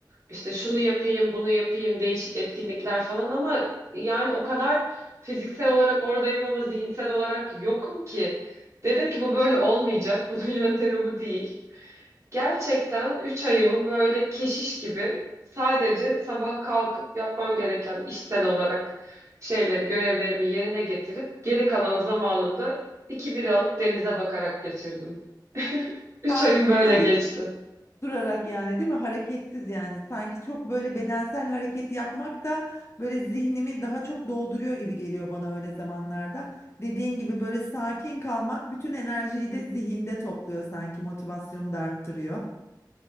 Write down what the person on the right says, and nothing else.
İşte şunu yapayım, bunu yapayım, değişik etkinlikler falan ama yani o kadar Fiziksel olarak oradayım ama zihinsel olarak yokum ki. Dedim ki bu böyle olmayacak. <laughs> Bunun yöntemi bu değil. Gerçekten 3 ayımı böyle keşiş gibi sadece sabah kalkıp yapmam gereken işsel olarak şeyleri, görevlerimi yerine getirip geri kalan zamanımda iki biri alıp denize bakarak geçirdim. 3
ayım böyle
geçti.